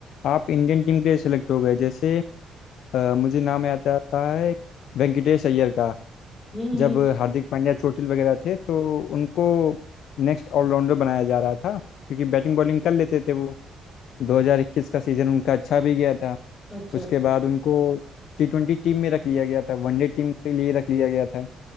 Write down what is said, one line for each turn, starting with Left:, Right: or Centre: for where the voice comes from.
Left: आप इंडियन टीम के लिए सेलेक्ट हो गए जैसे अ, मुझे नाम याद आता है वेंकटेश अय्यर का
Centre: हम्म
Left: जब
Centre: हम्म,
Left: हार्दिक पांड्या चोटिल वगैरह थे तो उनको नेक्स्ट ऑलराउंडर बनाया जा रहा था क्योंकि बैटिंग बॉलिंग कर लेते थे वो 2021 का सीजन उनका अच्छा भी गया था
Centre: अच्छा
Left: उसके
Centre: अच्छा
Left: बाद उनको टी ट्वेंटी टीम में रख लिया गया था वनडे टीम के लिए रख लिया गया था